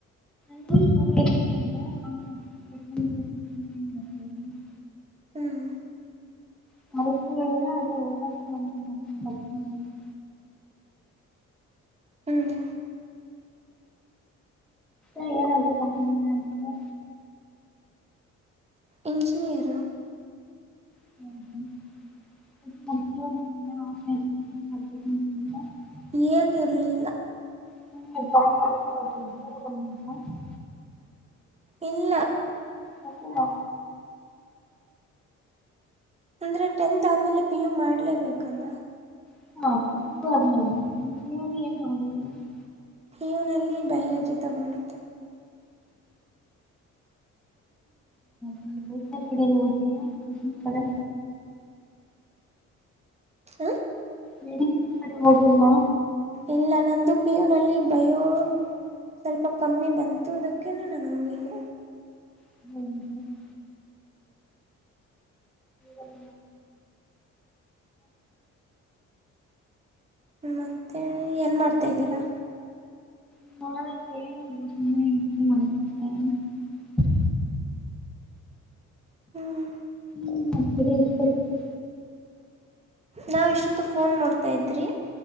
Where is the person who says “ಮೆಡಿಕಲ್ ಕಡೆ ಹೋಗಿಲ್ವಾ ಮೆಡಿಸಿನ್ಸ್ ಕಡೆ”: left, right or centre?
Centre